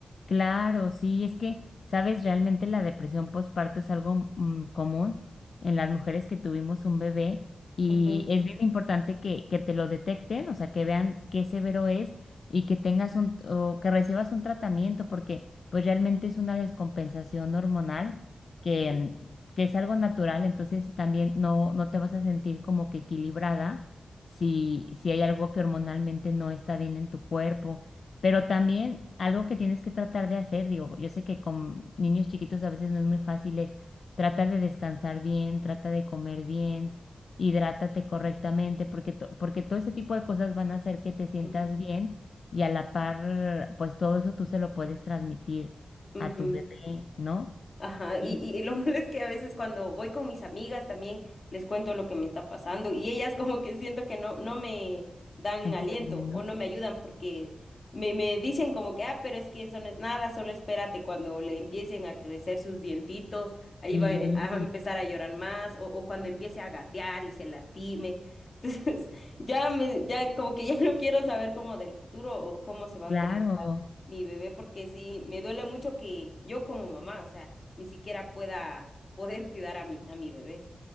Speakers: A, on the left; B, on the left.
A: Claro, sí, es que, sabes, realmente la depresión postparto es algo mm, común en las mujeres que tuvimos un bebé y
B: Ujú,
A: es bien importante que, que te lo detecten, o sea, que vean qué severo es y que tengas un, o que recibas un tratamiento, porque pues realmente es una descompensación hormonal que,
B: ujú,
A: mm, que es algo natural, entonces también no, no te vas a sentir como que equilibrada si, si hay algo que hormonalmente no está bien en tu cuerpo. Pero también algo que tienes que tratar de hacer, digo, yo sé que con niños chiquitos a veces no es muy fácil, es trata de descansar bien, trata de comer bien, hidrátate correctamente, porque, to- porque todo ese tipo de cosas van a hacer que te sientas
B: ujú.
A: bien y a la par, pues todo eso tú se lo puedes transmitir
B: Ujú.
A: a tu bebé, ¿no?
B: Ajá, y,
A: Sí,
B: y, y lo <laughs> malo es que a veces cuando voy con mis amigas también les cuento lo que me está pasando y ellas como que siento que no, no me dan
A: ¿entiendes,
B: aliento
A: no?
B: o no me ayudan porque me, me dicen como que, ah, pero es que eso no es nada, solo espérate cuando le empiecen a crecer sus dientitos, ahí
A: Sí,
B: va eh, a empezar a llorar más o, o cuando empiece a gatear y se lastime. <laughs> Entonces, ya me, ya como que ya no quiero saber como del futuro o cómo se va
A: claro.
B: a comportar mi bebé porque sí, me duele mucho que yo como mamá, o sea ni siquiera pueda poder cuidar a mi, a mi bebé.